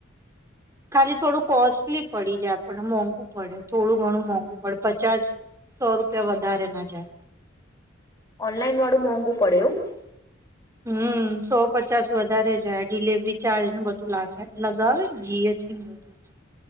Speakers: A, on the right (about 15°); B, on the left (about 15°).
A: ખાલી થોડું કોસ્ટલી પડી જાય આપણ ને મોંઘુ પડે થોડું ઘણું મોંઘું પડે. પચાસ સો રૂપિયા વધારે ના જાય.
B: ઓનલાઈન વાળું મોંઘું પડે હો. <inaudible>
A: હમ સો પચાસ વધારે જાય ડિલવરી ચાર્જ ને બધું લાગે લગાવે ને ડી એચ બધું જ